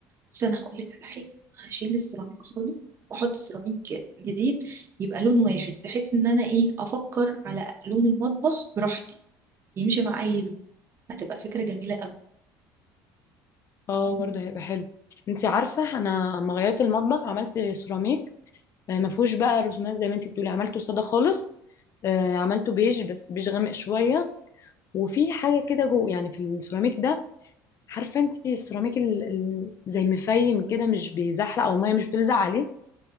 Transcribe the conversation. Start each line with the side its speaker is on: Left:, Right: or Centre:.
Right: بس أنا هقول لك على حاجة هشيل السيراميك خالص وأحط سيراميك جديد يبقى لون واحد بحيث إن أنا إيه أفكر على لون المطبخ براحتي يمشي مع أي لون هتبقى فكرة جميلة
Left: اه
Right: أوي
Left: برضه هيبقى حلو انت عارفه انا لما غيرت المطبخ عملت سيراميك آه، ما فيهوش بقى رسومات زي ما انت بتقولي عملته ساده خالص آه، عملته بيج بس بيج غامق شويه وفي حاجه كده جوه يعني في السيراميك ده عارفه انت السيراميك ال... ال... زي مفيم كده مش بيزحلق او الميه مش بتلزق عليه